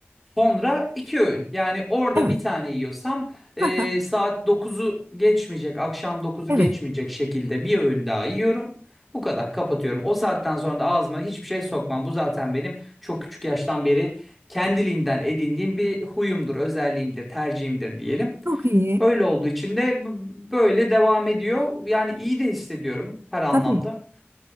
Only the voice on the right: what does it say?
Evet.
Aha,
Evet.
Çok iyi.
Tabii.